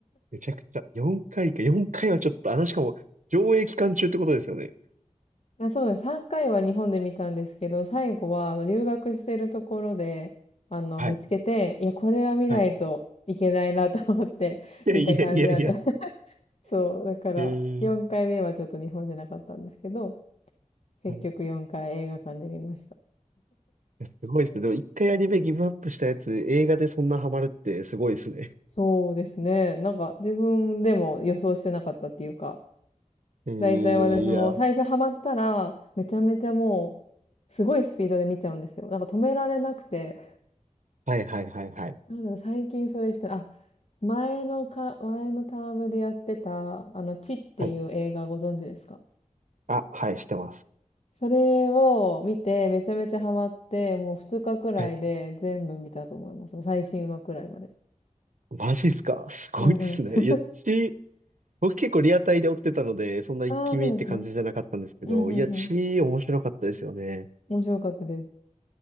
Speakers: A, on the right; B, on the left.
A: めちゃくちゃ。4回かいか、4回はちょっと、あの、しかも、上映期間中ってことですよね。
B: あそうです。3回は日本で見たんですけど、最後はあの留学してるところで、あの、
A: はい、
B: 見つけて、いや、これは見ないといけないなと思って
A: はい。
B: <laughs>
A: いやいやいやいや、
B: 見た感じなんで。<laughs> そう、だから、
A: えー
B: 4回目はちょっと日本じゃなかったんですけど、結局4回映画館で見ました。
A: はい。いやすごいっすね。
B: うん
A: でも一回アニメギブアップしたやつ、映画でそんなハマるってすごいっすね。
B: そうですね。なんか、自分でも予想してなかったっていうか、
A: <laughs> えーいや。
B: だいたい私も最初ハマったら、めちゃめちゃもう、すごいスピードで見ちゃうんですよ。なんか止められなくて、
A: はいはいはいはい。
B: なんだろう、最近それした、あ、前のか、前のタームでやってた、あの、チっていう映画ご存知ですか
A: はい。あ、はい、してます。
B: それを見て、めちゃめちゃハマって、もう2日くらいで全部見たと思います。
A: はい
B: 最新話くらいまで。
A: マジっすか <laughs> すごいっすね。
B: うんうん。
A: いや、私僕結構リアタイで追ってたので、そんな一気見って感じじゃなかったんですけど、
B: ああ、そうですね。うんうんうん。
A: いや、チー面白かったですよね。
B: 面白かったです。